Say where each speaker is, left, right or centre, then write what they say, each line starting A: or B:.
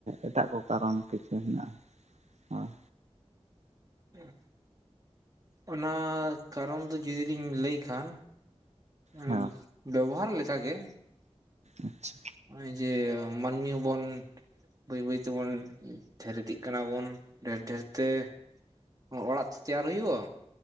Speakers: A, on the right; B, on the right.
A: ᱮᱴᱟᱜ ᱠᱚ ᱠᱟᱨᱚᱱ ᱠᱤᱪᱷᱩ ᱦᱮᱱᱟᱜᱼᱟ᱾ ᱦᱚᱸ
B: ᱦᱩᱸ᱾ ᱚᱱᱟ ᱠᱟᱨᱚᱱ ᱫᱚ ᱡᱩᱫᱤ ᱞᱤᱧ ᱞᱟᱹᱭ ᱠᱷᱟᱱ ᱩᱸ
A: ᱦᱮᱸ
B: ᱵᱮᱵᱚᱦᱟᱨ ᱞᱮᱠᱟ ᱜᱮ᱾
A: ᱟᱪᱪᱷᱟ᱾
B: ᱚᱭ ᱡᱮ ᱢᱟᱹᱱᱢᱤ ᱦᱚᱵᱚᱱ ᱵᱟᱹᱭ ᱵᱟᱹᱭ ᱛᱮᱵᱚᱱ ᱰᱷᱮᱨ ᱤᱫᱤᱜ ᱠᱟᱱᱟ ᱵᱚᱱ ᱰᱷᱮᱨ ᱰᱷᱮᱨ ᱛᱮ᱾ ᱦᱚᱸ ᱚᱲᱟᱜ ᱛᱚ ᱛᱮᱭᱟᱨ ᱦᱩᱭᱩᱜᱼᱟ᱾